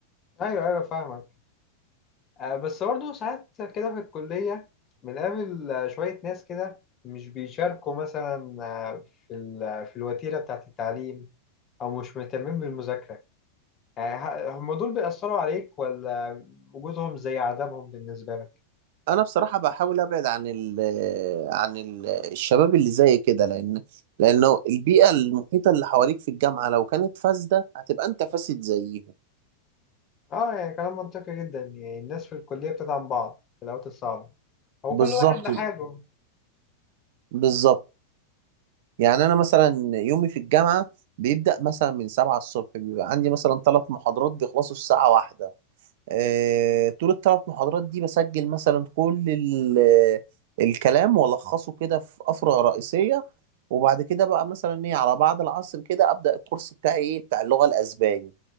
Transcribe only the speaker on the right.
انا بصراحه بحاول ابعد عن ال عن ال الشباب اللي زي كده لان لانه البيئه المحيطه اللي حواليك في الجامعه لو كانت فاسده هتبقى انت فاسد زيهم
بالظبط
بالظبط يعني انا مثلا يومي في الجامعه بيبدا مثلا من 7 الصبح بيبقى عندي مثلا ثلاث محاضرات بيخلصوا الساعه واحدة آه، طول الثلاث محاضرات دي بسجل مثلا كل ال- الكلام والخصه كده في افرع رئيسيه وبعد كده بقى مثلا ايه على بعد العصر كده ابدا الكورس بتاعي ايه بتاع اللغه الاسباني